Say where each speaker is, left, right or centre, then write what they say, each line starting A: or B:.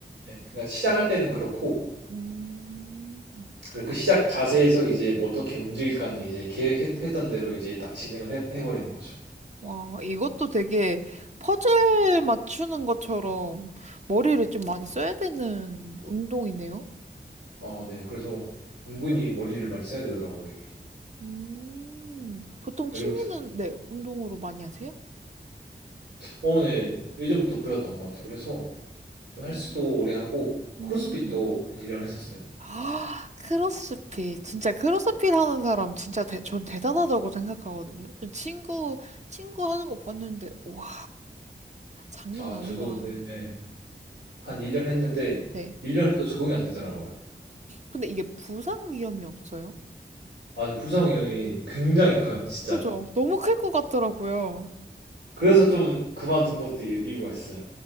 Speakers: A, on the right; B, on the right.
A: 예. 그러니까 시작할 때는 그렇고
B: 음.
A: 그리고 그 시작 자세에서 이제 뭐 어떻게 움직일까는 이제 계획했던 대로 이제 딱 진행을 해, 해버리는 거죠.
B: 와, 이것도 되게 퍼즐 맞추는 것처럼 머리를 좀 많이 써야 되는 운동이네요.
A: 어, 네. 그래서 은근히 머리를 많이 써야 되더라고요, 이게.
B: 음. 보통
A: 그리고
B: 취미는,
A: 특,
B: 네, 운동으로 많이 하세요?
A: 어, 네. 예전부터 그래왔던 것 같아요. 그래서 좀 헬스도
B: 음.
A: 오래 하고
B: 음.
A: 크로스핏도 한 1년 했었어요.
B: 아, 크로스핏. 진짜 크로스핏 하는 사람 진짜 대, 전 대단하다고 생각하거든요. 친구, 친구 하는 거 봤는데, 와, 장난
A: 아,
B: 아니다.
A: 저도 근데 예. 한 1년 했는데
B: 네.
A: 1년 해도 적응이 안 되더라고요.
B: 근데 이게 부상 위험이 없어요?
A: 아, 근데 부상 위험이 굉장히 커요, 진짜.
B: 그죠? 너무 클 것 같더라고요.
A: 그래서 좀 그만둔 것도 이유- 이유가 있어요.